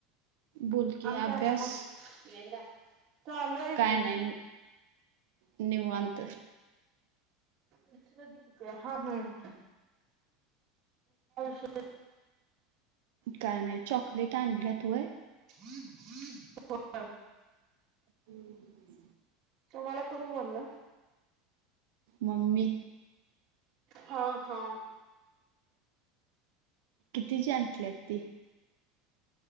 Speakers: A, on the right; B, on the right.
A: बोल की
B: अ काम
A: अभ्यास
B: येट चाले आहे
A: काय
B: की
A: नाही निवांत
B: किती हा हम् श
A: काय नाही चॉकलेट आणल्या तूय
B: हम्म हम्म
A: हम्म
B: तुम्हाला कोण बोलल
A: म्मी
B: हा हा
A: किती ज आणली ती